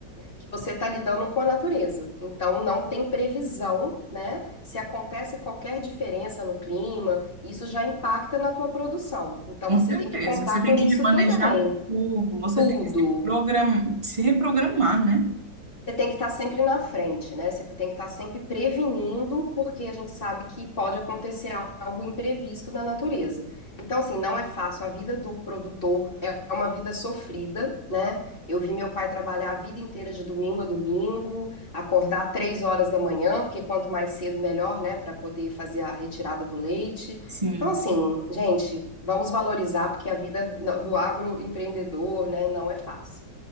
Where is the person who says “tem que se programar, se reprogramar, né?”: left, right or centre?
Right